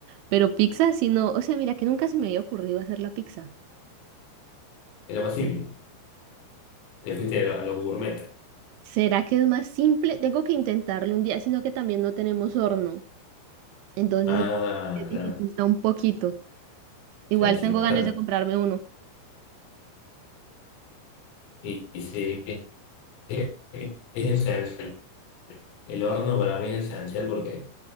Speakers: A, on the right; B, on the left.
A: pero pizza, si no, o sea, mira que nunca se me había ocurrido hacer la pizza.
B: es lo más simple. Te fuiste a lo, a lo gourmet.
A: ¿Será que es más simple? Tengo que intentarlo un día, sino que también no tenemos horno, entonces
B: Ah,
A: se dificulta
B: claro,
A: un poquito. Igual
B: sí, sí,
A: tengo
B: bastante.
A: ganas de comprarme uno.
B: Y, y sí, es, es, es esencial El horno para mí es esencial porque